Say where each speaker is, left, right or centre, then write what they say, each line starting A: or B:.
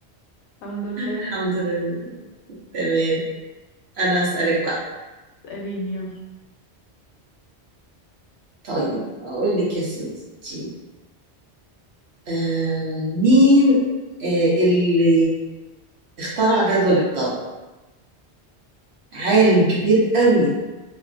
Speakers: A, on the left; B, on the right.
A: الحمد لله
B: الحمد لله تمام أنا هسألك بقى
A: اسأليني يلا
B: طيب أقول لك يا ستي آه مين آه اللي اخترع جدول الضرب عالم
A: مين
B: كبير قوي